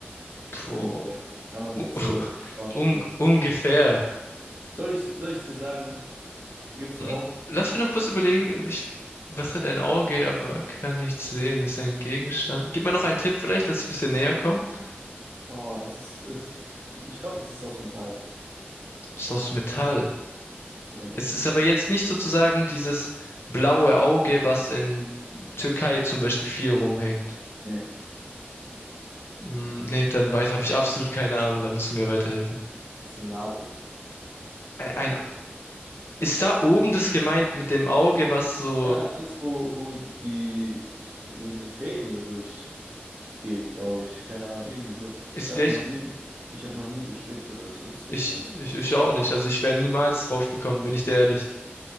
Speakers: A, on the left; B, on the right.
A: Puh.
B: Ungefähr. Kann man
A: <laughs>
B: sich so vorstellen.
A: Un ungefähr.
B: Soll ich, soll ich dir sagen, gibst
A: Hm,
B: du auf?
A: Lass mich noch kurz überlegen, ich, was hat ein Auge, aber kann nichts sehen, ist ein Gegenstand. Gib mir noch einen Tipp vielleicht, dass ich ein bisschen näher komme.
B: Boah, es ist, es, ich glaube, es ist aus Metall.
A: Ist aus Metall.
B: Ja.
A: Es ist aber jetzt nicht sozusagen dieses blaue Auge, was in Türkei zum Beispiel viel rumhängt.
B: Nee.
A: Hm, nee, dann weiß, habe ich absolut keine Ahnung, da musst du mir weiterhelfen.
B: Das ist eine Nadel.
A: Ä- Ein, ist da oben das gemeint mit dem Auge, was so,
B: Ja, das, wo, wo die, ich, wo diese Fäden dadurch gehen, glaube ich. Keine Ahnung, irgendwie so.
A: ist
B: Ich habe
A: echt,
B: noch nie, ich habe noch nie gestrickt oder so, deswegen
A: ich,
B: weiß
A: ich, ich auch nicht, also ich wäre niemals drauf gekommen, bin ich dir ehrlich.